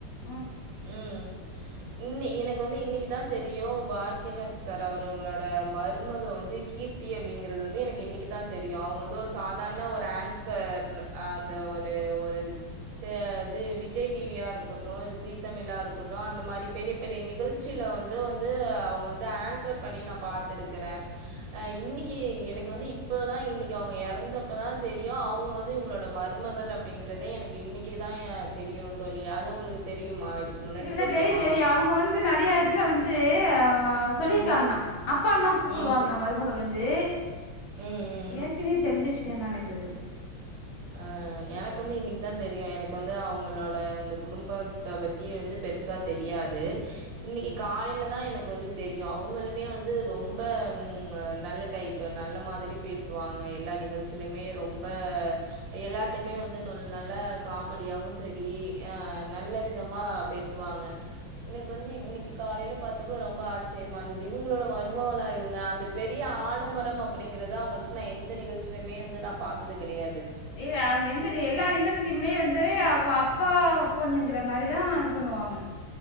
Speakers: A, on the left (about 85°); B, on the right (about 75°).
A: ம்
B: ம் இன்னி எனக் வந்து இன்னைக்குதா தெரியு பாக்யராஜ் சார் அவர்களோட மருமக வந்து கீர்த்தி அப்டிங்கிறது வந்து எனக்கு இன்னைக்கு தா தெரியு அவங்க வந்து ஒரு சாதாரண ஒரு ஆங்கர் அந்த ஒரு இது ஒரு இது து விஜய் டிவியா இருக்கட்டு ஜி தமிழா இருக்கட்டு அந்த மாரி பே பெரிய பெரிய நிகழ்ச்சியில வந்து வந்து அவுங்க வந்து ஆங்கர் பண்ணி நான் பார்த்திருக்கிற அ இ இன்னைக்கி எனக்கு வந்து இப்பதா இன்னைக்கி அவுங்க இறந்தப்பதா தெரியு அவுங்க வந்து இவங்களோட மருமகள் அப் ப்படிங்கிறதே எனக்கு இன்னைக்கி தா என் தெரியு தோழி அது உங்களுக்கு தெரியுமா இதுக்கு முன்னாடி
A: இல்ல
B: தெரியுமா
A: தெரி தெரியு அவுங்க வந்து நெறையா இதுல வந்து அ சொல்லிருக்காங்க
B: ம்
A: அப்பாந்தா கூப்டுவாங்க
B: ம்,
A: மருமகள் வந்து
B: ம், ம்.
A: ஏற்கனையே தெரிஞ்ச விஷயந்தா எனக்கு இது
B: ஆ எனக்கு வந்து இன்னைக்கு தான் தெரியு எனக்கு வந்து அவங்களோட அந்த குடும்பத்த பத்தி வந்து பெருசு சா தெரியாது இன்னைக்கு காலையில தா எனக்கு வந்து தெரியும் அவுங்களுமே வந்து ரொம்ப ம் நல்ல டைப்பு நல்ல மாதிரி பேசுவாங்க எல்லா நிகழ்ச்சிலயுமே ரொம்ப எல்லார்ட்டயுமே வந்து நொல் நல்ல காமெடியாவு சரி அ நல்ல விதமா பேசுவாங்க வாங்க எங்களுக்கு வந்து இன்னைக்கி காலையில பாத்தப்ப ரொம்ப ஆச்சரியமா இருந்தது இவுங்களோட மருமகளா இவுங்க அந்த பெரிய ஆடம்பரம் அப்படிங்கிறது அவுங்கள்ட்ட நான் எந்த நிகழ்ச்சியிலுமே வந்து நான் பாத்தது கெடையாது
A: இல்ல அவுங்க எந்த எல்லா நிகழ்ச்சியுலேயே வந்து அவ அப்பா பொண்ணுங்கிற மாரிதா இது பண்ணுவா வாங்க